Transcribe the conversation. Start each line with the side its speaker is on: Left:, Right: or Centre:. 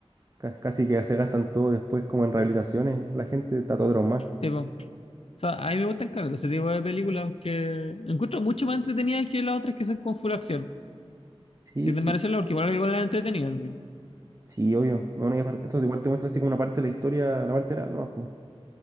Right: ca- casi que se gastan todo después como en rehabilitaciones, la gente está todo traumada.
Left: sí, pues. O sea, a mí me gustan claro, ese tipo de películas que encuentro mucho más entretenidas que las otras que son con full acción.
Right: Sí,
Left: Sin
Right: sí.
Left: desmerecerla, porque igual algunas las entretenidas, y-
Right: Sí, obvio. No, no, y aparte- esto igual te muestra así como una parte de la historia, la parte era, no, pues.